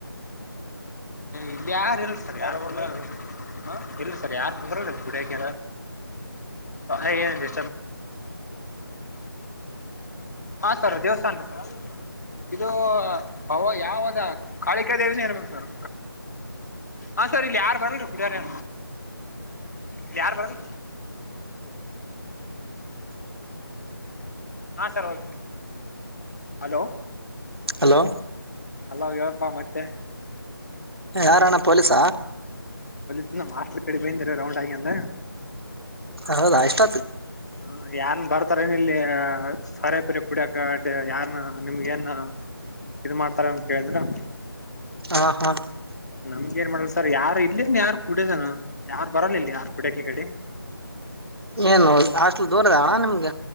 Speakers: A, on the left; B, on the right.
A: ಇಲ್ಲಿ ಯಾರು ಇ ಸರ್ ಯಾರು ಬ ಇ ಸರ್ ಯಾರು ತಂದ ಏ ಸ ದೇವಸ್ಥಾನ ಅ ಇದು ಭವ ಯಾವದ ಕಾಳಿಕ ದೇವನ ನ್ಬೇಕು ಸರ್ ಹಾ ಸರ್ ಇಲ್ಲಿ ಯಾರು ಬರಲ್ರಿ ಕುಡಿಯಾರೆ ಇ ಯಾರು ಬರಲ್ರಿ ಹಾಂ ಸರ್ ಓಕೆ ಹಲೋ
B: ಹಲೋ
A: ಅಲ್ಲ ಹೇಳಪ್ಪಾ ಮತ್ತೆ
B: ಯಾರಣ್ಣ ಪೊಲೀಸ
A: ಇ ಮಟ್ಲ್ ಕಡೆ ಬೈಂದಿರ ರೌಂಡ್ ಆಗಿ ಅಂತ
B: ಹೌದಾ ಇಷ್ಟ
A: ಹ ಯನ್ ಬರ್ತಾರನ ಇಲ್ಲಿ ಸರೆಪುರಿ ಕುಡಿಯಕ ಯಾರನ್ನ ನಿಮ್ಗ ಏನ್ ಇದ ಮಾಡ್ತಾರ ಅಂತ ಕೇಳಿದ್ರ
B: ಹಾ ಹಾ
A: ನಮ್ಗ ಏನ್ ಮಾಡಲ್ ಸರ್ ಯಾರು ಇಲ್ಲಿ ಅಂದ ಯಾರು ಕುಡ್ಯದಾನ ಯಾರು ಬರಲ್ಲ ಇಿಲ್ಲ ಯಾರು ಕುಡ್ಯಕ ಈ ಕಡೆ
B: ಏನು ಹಾಸ್ಟ್ಲ್ ದೂರದ ಅಣಾ ನಿಮ್ಗ